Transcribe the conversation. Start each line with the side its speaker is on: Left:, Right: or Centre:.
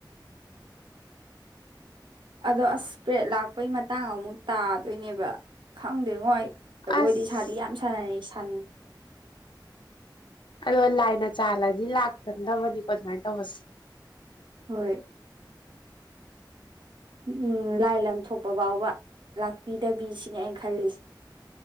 Right: ꯑꯗꯣ ꯑꯁ ꯄ꯭ꯔꯦꯗ ꯂꯥꯛꯄꯩ ꯃꯇꯥꯡ ꯑꯃꯨꯛ ꯇꯥꯗꯣꯏꯅꯦꯕ ꯈꯪꯗꯦꯉꯣ ꯑꯩ ꯖꯒꯣꯏꯗꯤ
Left: ꯑꯁ
Right: ꯁꯥꯗꯤ ꯌꯥꯝ ꯁꯥꯟꯅꯔꯦ ꯁꯥꯅꯤꯡ
Left: ꯑꯗꯣ ꯂꯥꯏꯅ ꯆꯥꯜꯂꯗꯤ ꯂꯥꯛꯀꯟꯗꯕꯅꯤꯀꯣ ꯑꯗꯨꯃꯥꯏ ꯇꯧꯕꯁꯤ
Right: ꯍꯣꯏ ꯎ ꯎꯝ ꯂꯥꯏ ꯂꯝ ꯊꯣꯛꯄ ꯐꯥꯎꯕ ꯂꯥꯛꯄꯤꯗꯕꯤ ꯁꯤꯅꯤ ꯑꯩꯅ ꯈꯜꯂꯤꯁꯤ